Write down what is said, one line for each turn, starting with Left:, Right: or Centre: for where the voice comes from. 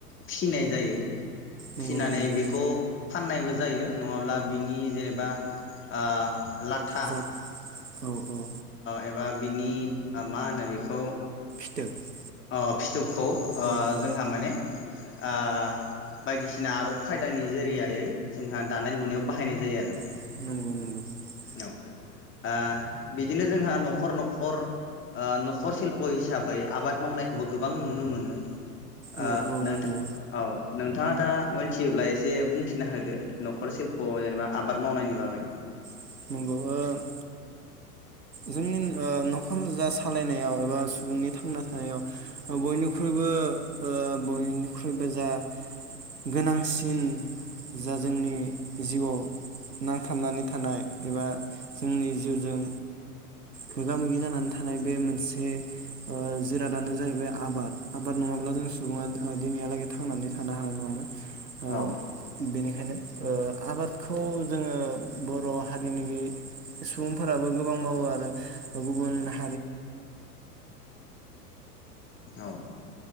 Left: फिसिनाय जायो
Right: नंगौ
Left: फिनानै
Right: नंगौ
Left: बेखौ फाननायबो जायो नङाब्ला बिनि जेनेबा ओ लाथा
Right: जा औ औ
Left: एबा बिनि मा होनो बेखौ
Right: <inaudible>
Left: अ फिथ खौ ओ
Right: औ औ
Left: जोंहा माने ओ बायदिसिना आदब खायदानि जोरियायै जोंहा दानाय लुनायाव बाहायनाय जायो आरो
Right: <inaudible>
Left: औ औ बिदिनो जोंहा न'खर न'खर औ न'खर सिल्प हिसाबै आबाद मावनायखौबो गोबां नुनो मोनो ओ
Right: औ औ
Left: नोंथां
Right: नंगौ
Left: औ नोंथाङा दा मोनथियोब्ला एसे बुंथिना होदो न'खरशिल्प' जेनेबा आबाद मावनायनि बागै
Right: <inaudible> जोंनि ओ न'खर जा सालायनायाव एबा सुबुंनि थांना थानायाव बयनिख्रुइबो बयनिख्रुइबो जा गोनांसिन जा जोंनि जिउआव नांथाबनानै थानाय एबा जोंनि जिउजों मोगा मोगि जानानै <inaudible> <inaudible> <inaudible>
Left: औ
Right: <inaudible> <inaudible> <inaudible> <inaudible> हारि
Left: औ